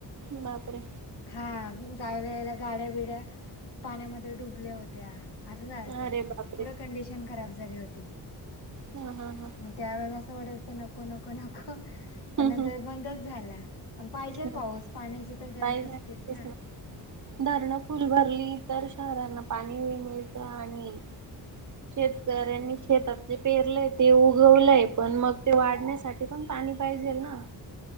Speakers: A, on the right; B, on the left.
A: बापरे!
B: हा जायला यायला गाड्यां, बिड्या पाण्यामध्ये डुबल्या होत्या. असं झालंत.
A: अरे बापरे
B: पुर कंडिशन खराब झाली होती.
A: हा हा हा.
B: मग त्यावेेळेला असं वाटतं होतं. नको, नको, नको पण
A: हम्म
B: नंतर बंदच झाला. पण पाहिजेल.
A: हम्म
B: पाऊस पाण्याची तर गरज
A: पाहिजे
B: असतेच
A: तेच
B: ना!
A: धरणं फुल भरली तर शहरांना पाणीही मिळतं. आणि
B: <inaudible>
A: शेतकऱ्यांनी शेतात जे पेरलंय ते उगवलंय पण मग ते वाढण्यासाठी पण पाणी पाहिजेल ना?